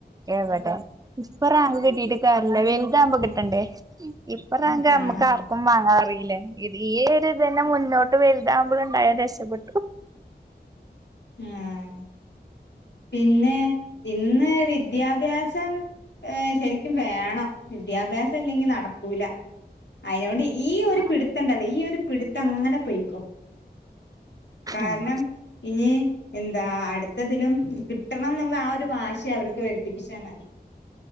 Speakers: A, on the right; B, on the left.
A: എവടെ ഇപ്പൊറങ്ക് കിട്ടിട്ട് കാര്യല്ല വെൽതാമ്പോ കിട്ടണ്ടേ ഇപ്പൊ റാങ്ക് നമ്മക്കാർക്കും
B: ആഹ്
A: വാങ്ങാറി ല്ലേ ഇ ഈ ഒരു ഇതെനെ മുന്നോട്ട് വലുതുമ്പോഴ ഇണ്ടായ രക്ഷപ്പെട്ടു
B: ആഹ് പിന്നെ ഇന്ന് വിദ്യാഭ്യാസം ഏർ ശരിക്കും വേണം വിദ്യാഭ്യാസം ഇല്ലെങ്കി നടക്കൂല അയോണ്ട് ഈ ഒരു
A: ആഹ്
B: പിടുത്തണ്ടല്ലോ ഈ ഒരു പിടുത്ത അങ്ങനെ പൊയിക്കോ കാരണം
A: ആഹ്
B: ഇനി എന്താ അടുത്തതിലും കിട്ടണന്നിള്ള ആ ഒരു വാശ അവർക്ക് വരുത്തിപ്പിച്ചാൽ മതി